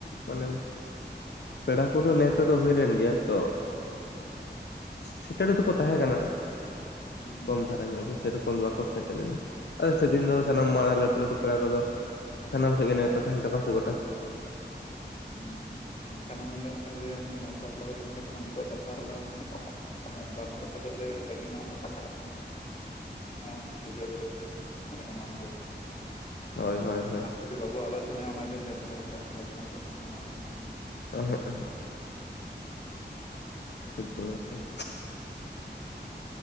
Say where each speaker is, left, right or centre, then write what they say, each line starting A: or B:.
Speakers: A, on the left; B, on the left.
A: ᱢᱟᱱᱮ ᱯᱮᱲᱟ ᱠᱚᱫᱚ ᱱᱮᱣᱛᱟ ᱱᱤᱛᱳᱜ ᱫᱚ ᱦᱩᱭ ᱞᱮᱱ ᱜᱮᱭᱟ, ᱛᱚ ᱥᱮᱴᱮᱨᱮᱫᱚᱠᱚ ᱛᱟᱦᱮᱸ ᱠᱟᱱᱟ ᱾
B: ᱦᱩᱸ
A: ᱠᱚᱢ ᱫᱷᱟᱨᱟ ᱧᱚᱜ ᱜᱮ ᱥᱮᱨᱚᱠᱚᱢ ᱫᱚ ᱵᱟᱠᱚ ᱥᱮᱴᱮᱨ ᱞᱮᱱᱟ ᱟᱨ ᱥᱮᱫᱤᱱ ᱫᱚ
B: ᱦᱩᱸ
A: ᱥᱟᱱᱟᱢ ᱢᱟᱲᱟᱝ ᱞᱟᱹᱴᱩ ᱞᱟᱹᱴᱩ ᱯᱮᱲᱟ ᱠᱚᱫᱚ ᱥᱟᱱᱟᱢ ᱥᱮᱫ ᱜᱮ ᱱᱮᱣᱛᱟ ᱛᱟᱦᱮᱱ ᱛᱟᱠᱚᱣᱟ ᱥᱮ ᱜᱚᱴᱟᱥᱮᱫ ᱜᱮ
B: ᱦᱩᱸ ᱦᱩᱸ ᱵᱟᱠᱷᱟᱱ ᱩᱱᱦᱤᱞᱚᱜ ᱟᱜ ᱜᱮ ᱱᱮᱣᱛᱟ ᱯᱮᱲᱟ ᱠᱚ ᱛᱟᱦᱮᱱ ᱠᱷᱟᱱ ᱛᱟᱦᱞᱮ ᱩᱱᱠᱩᱣᱟᱜ ᱠᱟᱛᱷᱟ ᱫᱚ ᱟᱨ ᱵᱟᱠᱤ ᱠᱚᱫᱚ ᱞᱟᱹᱭᱟ ᱵᱷᱟᱹᱜᱤ ᱧᱟᱢᱚᱜ ᱚᱱᱟ ᱦᱟᱸ ᱵᱩᱡᱷᱟᱹᱶ ᱫᱟᱲᱮᱭᱟᱜ ᱡᱤᱱᱤᱥ ᱛᱳᱲᱮᱜ ᱜᱟᱱ <unintelligible>
A: ᱦᱳᱭ ᱦᱳᱭ ᱦᱳᱭ
B: ᱡᱩᱫᱤ ᱵᱟᱵᱚ ᱟᱞᱳᱪᱚᱱᱟᱭᱟ ᱚᱱᱟ ᱫᱤᱱ ᱨᱮ ᱛᱟᱦᱚᱞᱮ ᱴᱟᱜ ᱟᱞᱚᱪᱚᱱᱟ ᱠᱟᱛᱮ ᱫᱚ ᱞᱟᱵ ᱵᱚᱱᱩᱜ-ᱟ
A: <unintelligible> ᱮᱠ ᱫᱚᱢ ᱮᱠ ᱫᱚᱢ